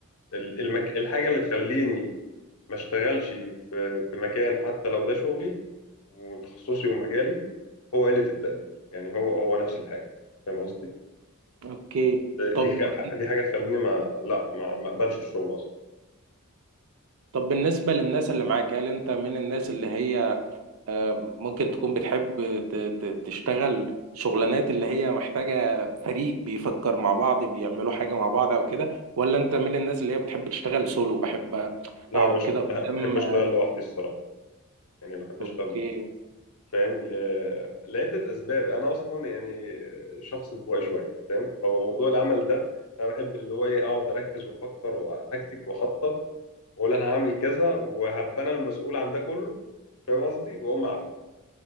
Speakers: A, on the left; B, on the right.
A: ال- المك... الحاجه اللي تخليني ما اشتغلش في في مكان حتى لو ده شغلي وتخصصي ومجالي هو قله التقدير يعني هو هو نفس الحاجه فاهم قصدي
B: اوكي طب
A: دي خ- دي حاجه تخليني ما لا ما ما اقبلش الشغل اصلا
B: طب بالنسبة للناس اللي معاك هل انت من الناس اللي هي آه، ممكن تكون بتحب ت- ت- تشتغل شغلانات اللي هي محتاجة فريق بيفكر مع بعض بيعملوا حاجة مع بعض او كده ولا انت من الناس اللي هي بتحب تشتغل سولو بحب
A: لا
B: اقعد
A: انا مش
B: كده قدام
A: بحب اشتغل لوحدي الصراحه يعني بحب
B: اوكي
A: اشتغل لوحدي فاهم ل... لعده اسباب انا اصلا يعني شخص انطوائي شويه فاهم فموضوع العمل ده انا بحب اللي هو ايه اقعد اركز وافكر واتكتك واخطط واقول انا هعمل كذا وهبقى انا المسؤول عن ده كله فاهم قصدي واقوم اعمل